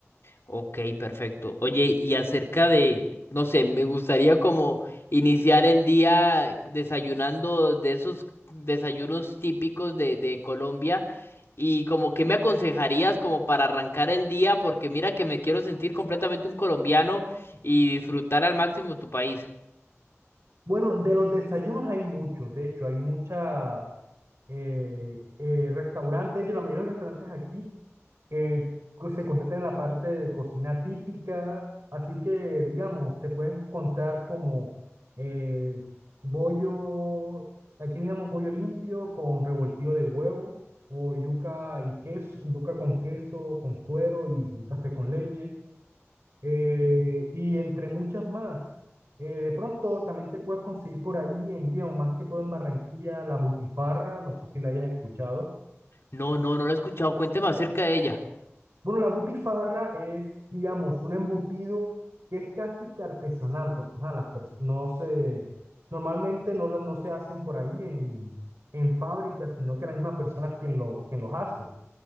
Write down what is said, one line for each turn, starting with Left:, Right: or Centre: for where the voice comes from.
Left: Ok, perfecto. Oye, y acerca de, no sé, me gustaría como iniciar el día desayunando de esos desayunos típicos de, de Colombia y como que me aconsejarías como para arrancar el día, porque mira que me quiero sentir completamente un colombiano y disfrutar al máximo tu país.
Right: Bueno, de los desayunos hay muchos, de hecho, hay muchas eh, eh, restaurantes, de hecho, la mayoría de los restaurantes aquí eh, co- se concentra en la parte de cocina típica, así que, digamos, te puedes encontrar como eh, bollo, aquí le llamamos bollo limpio con revoltillo de huevo, o yuca y queso, yuca con queso, con suero y café con leche, eh, y entre muchas más. Eh, de pronto también te puedes conseguir por ahí en Vía, más que todo en Barranquilla, la butifarra, no sé si la hayas escuchado.
Left: No, no, no lo he escuchado. Cuéntame acerca de ella.
Right: Bueno, la butifarra es, digamos, un embutido que es casi que artesanal, porque ajá, las pers- no se, normalmente no, la- no se hacen por ahí en, en fábricas, sino que la misma persona es quien, lo, quien los hace.